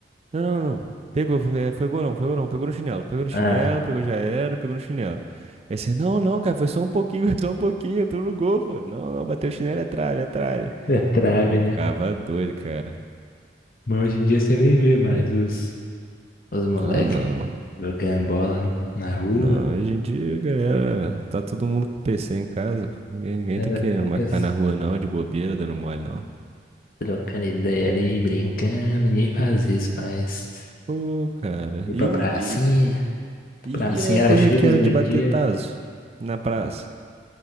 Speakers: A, on the right; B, on the left.
A: Não, não, não. não. Pegou, foi, é, foi gol não, foi gol não. Pegou no chinelo, pegou no chinelo,
B: Ah,
A: pegou já era, pegou no chinelo. Aí você, não, não, cara, foi só um pouquinho, <laughs> só um pouquinho, tudo no gol, pô. Não, não, bateu o chinelo, é trave, é trave.
B: é trave,
A: Eu
B: né?
A: ficava doido, cara.
B: Mas hoje em dia você nem vê mais os, os moleques
A: Ah, não.
B: jogando bola na rua.
A: Não, hoje em dia, galera, tá todo mundo com PC em casa. pô. Ninguém, ninguém
B: Ela
A: tá querendo
B: fica
A: mais
B: s-
A: ficar na rua, não, de bobeira, dando mole, não.
B: trocando ideia ali, brincando. Ninguém faz isso, mas
A: Pô, cara.
B: ir
A: E,
B: pra pracinha.
A: e, e
B: Pracinha
A: a época
B: era cheia
A: que
B: dos
A: era
B: brinquedos.
A: de bater tazo na praça.